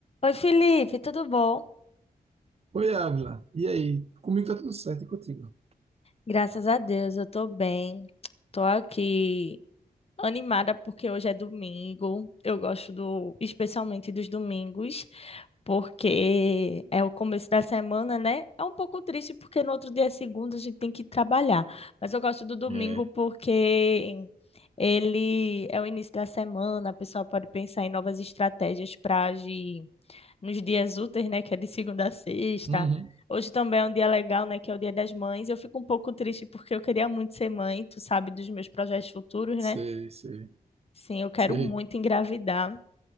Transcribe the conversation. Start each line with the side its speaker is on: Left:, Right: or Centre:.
Left: Oi, Felipe, tudo bom?
Right: Oi, Ávila. E aí? Comigo tá tudo certo e contigo?
Left: Graças a Deus, eu tô bem. Tô aqui animada porque hoje é domingo. Eu gosto do, especialmente dos domingos, porque é o começo da semana, né? É um pouco triste porque no outro dia é segunda, a gente tem que trabalhar. Mas eu gosto do domingo
Right: É,
Left: porque ele é o início da semana, a pessoa pode pensar em novas estratégias para agir nos dias úteis, né? Que é de segunda a sexta.
Right: Uhum.
Left: Hoje também é um dia legal, né? Que é o Dia das Mães. Eu fico um pouco triste porque eu queria muito ser mãe, tu sabe, dos meus projetos futuros, né?
Right: Sei, sei,
Left: Sim, eu quero
Right: sei.
Left: muito engravidar.